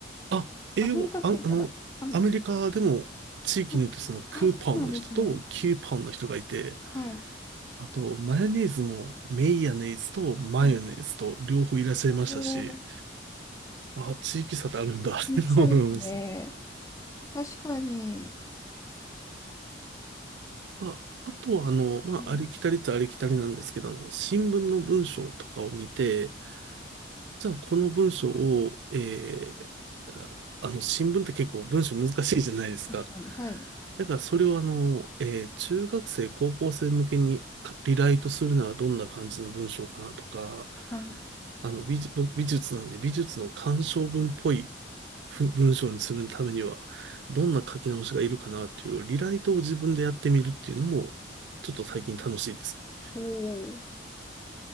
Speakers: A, on the right; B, on the left.
A: あ、英語、
B: アメリカ圏から。
A: あ、あの、
B: あ、クー
A: アメリカでも地域によってそのクーポンの人とキューポンの人がいて、
B: ポンあ、そうなんですね。はい。
A: あと、マヨネーズもメイヤネーズとマヨネーズと両方いらっしゃいましたし、
B: はい。おー、
A: あ、地域差ってあるんだって思いました。
B: いい差ですね。確かに。
A: あ、あとは、あの、まあ、
B: はい。
A: ありきたりっちゃありきたりなんですけど、あの、新聞の文章とかを見て、じゃあこの文章を、えーああの、新聞って結構文章難しいじゃないですか。
B: 確かに。はい。
A: だからそれをあの、えー中学生、高校生向けにかリライトするならどんな感じの文章かなとか、
B: はい。
A: あの、美術、僕美術なんで美術の鑑賞文っぽいふ文章にするためには、どんな書き直しがいるかなっていうリライトを自分でやってみるっていうのも、ちょっと最近楽しいですね。
B: おお、